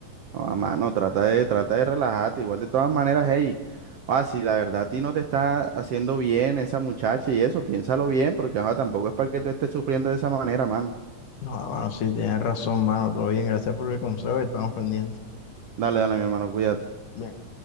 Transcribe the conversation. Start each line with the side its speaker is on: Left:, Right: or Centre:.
Right: No, a mano, trata de, trata de relajarte. Igual de todas maneras, hey, ah, si la verdad a ti no te está haciendo bien esa muchacha y eso, piénsalo bien, porque ajá, tampoco es para que tú estés sufriendo de esa manera, mano.
Left: No, mano, sí, tienes razón, mano. Todo bien, gracias por el consejo y estamos pendientes.
Right: Dale, dale, mi hermano, cuídate.
Left: Bien,